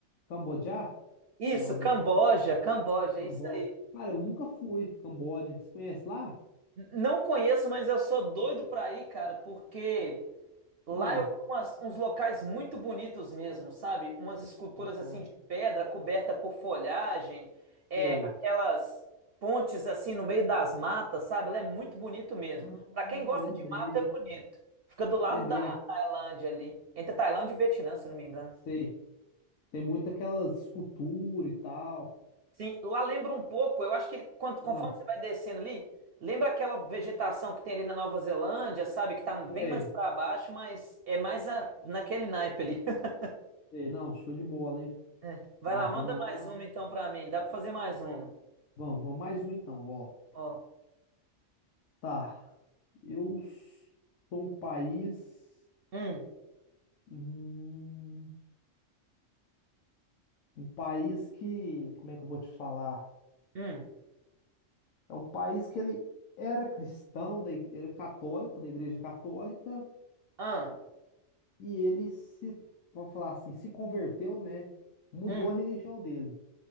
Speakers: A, on the left; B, on the right.
A: Cambodja?
B: Isso,
A: Não, né?
B: Camboja, Camboja,
A: Camboja.
B: é isso aí.
A: Cara, eu nunca fui. Camboja. Você conhece lá?
B: N- Não conheço, mas eu sou doido pra ir, cara, porque Lá
A: Ah,
B: eu vi umas- uns locais muito bonitos mesmo, sabe? Umas esculturas
A: porra.
B: assim de pedra coberta por folhagem, é,
A: Sei.
B: aquelas pontes assim no meio das matas, sabe? Lá é muito bonito mesmo.
A: Ah,
B: Pra quem gosta
A: lembrei.
B: de mata, é bonito. Fica do lado
A: Lembrei.
B: da Tailândia ali, entre Tailândia e Vietnã, se eu não me engano.
A: Sei. Tem muito aquelas esculturas e tal.
B: Sim, lá lembra um pouco, eu acho que quando conforme
A: Ah,
B: você vai descendo ali, lembra aquela vegetação que tem ali na Nova Zelândia, sabe? Que tá bem
A: sei.
B: mais pra baixo, mas é mais a- naquele naipe ali. <laughs>
A: Sei. Não, show de bola, hein?
B: É. Vai
A: Tá,
B: lá,
A: vamos
B: manda mais
A: lá.
B: uma então pra mim. Dá pra fazer mais uma.
A: Vamos, vamos mais um então, ó.
B: Ó.
A: Tá. Eu sou um país.
B: Hum,
A: Hum, Um país que, como é que eu vou te falar?
B: hum,
A: É um país que ele era cristão, da, ig- era católico, da Igreja Católica,
B: ah,
A: e ele se, vamos falar assim, se converteu, né? Mudou
B: hum.
A: a religião dele.